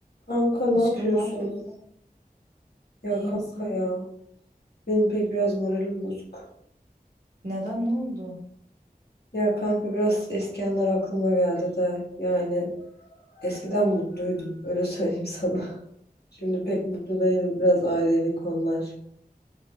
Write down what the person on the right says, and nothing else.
Aşkım
ne yapıyorsun?
İyiyim
sen.
Neden ne oldu?